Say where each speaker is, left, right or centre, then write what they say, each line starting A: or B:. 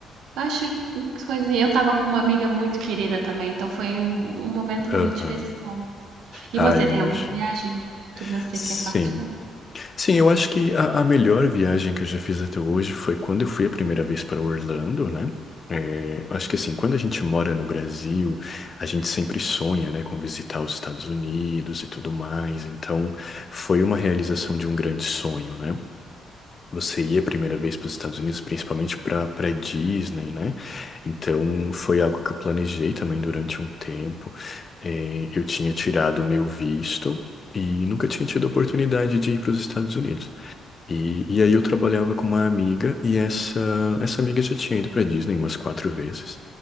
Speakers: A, on the right; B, on the left.
A: Eu Acho que coisa. Eu tava com uma amiga muito querida também, então foi um, um momento
B: Aham.
A: muito especial. E
B: Ah,
A: você
B: eu
A: tem
B: imagino.
A: alguma viagem que você
B: Sim.
A: quer partilhar?
B: Sim, eu acho que a, a melhor viagem que eu já fiz até hoje foi quando eu fui a primeira vez para Orlando, né? É, acho que assim, quando a gente mora no Brasil, a gente sempre sonha, né, com visitar os Estados Unidos e tudo mais. Então, foi uma realização de um grande sonho, né? você ia a primeira vez para os Estados Unidos, principalmente para para Disney, né? Então foi algo que eu planejei também durante um tempo. Eh, eu tinha tirado o meu visto e nunca tinha tido a oportunidade de ir para os Estados Unidos. E, e aí eu trabalhava com uma amiga e essa essa amiga já tinha ido para Disney umas quatro vezes.